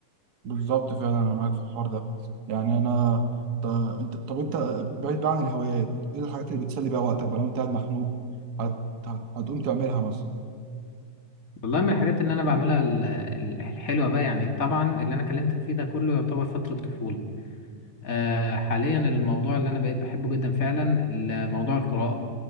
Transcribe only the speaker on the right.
بالظبط فعلا انا معاك في الحوار ده يعني انا ط- انت طب انت بعيد بقى عن الهوايات ايه الحاجات اللي بتسلي بيها وقتك بقى لو انت قاعد مخنوق هت... هتقوم تعملها مثلا